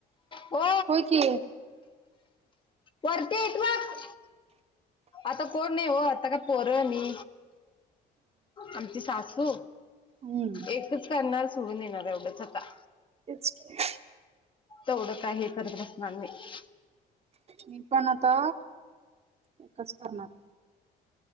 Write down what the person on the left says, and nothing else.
हो
वरती हाईत बघ. आता कोण नाही वो, आता काय पोर मी. आमची सासू,
एकच करणार सोडून येणार एवढंच आता.
तेवढं काय हे करत बसणार नाही.